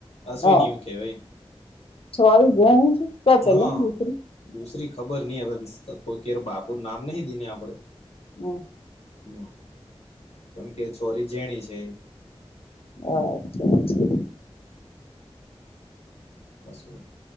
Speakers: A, on the left; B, on the left.
A: અસવીન
B: હ
A: એવુ કેવાય.
B: છોરી જૈન છે. તો પેલા
A: હા,
B: દુસરી
A: દુસરી ખબર નહ હવે કોઈ કે બાપુ નામ નહિ દીને આપડે.
B: હા.
A: હા, પણ કે છોરી જેણી છે એ.
B: હા, અચ્છા અચ્છા.
A: હાસું.